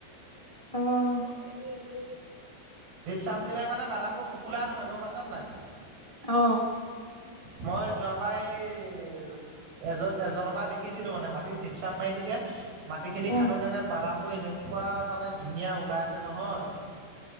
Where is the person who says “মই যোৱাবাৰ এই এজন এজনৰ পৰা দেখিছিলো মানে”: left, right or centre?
Right